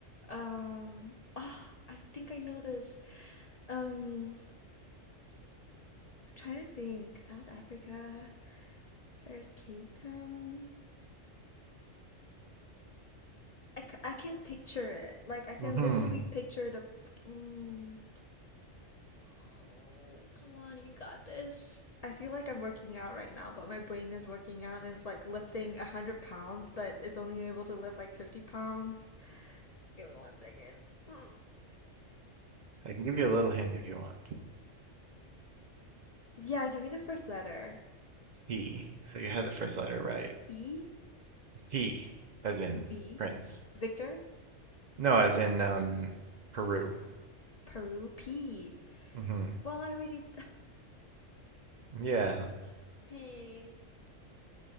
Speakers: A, on the left (about 60°); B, on the right (about 55°).
A: Um, ah, I think I know this. Um, I'm trying to think. South Africa. There's Cape Town. I, c- I can picture it. Like, I can
B: Mm-hmm.
A: literally picture the. Mm. Oh, come on, you got this. I feel like I'm working out right now, but my brain is working out and it's like lifting 100 pounds, but it's only able to lift like 50 pounds. Give me one second. <sighs>
B: I can give you a little hint if you want.
A: Mm. Yeah, give me the first letter.
B: P. So you had the first letter right.
A: E,
B: P, as in
A: V,
B: prince.
A: Victor,
B: No, as in um, Peru.
A: Peru, P.
B: Mm-hmm.
A: Well, I already.
B: Yeah.
A: <laughs> P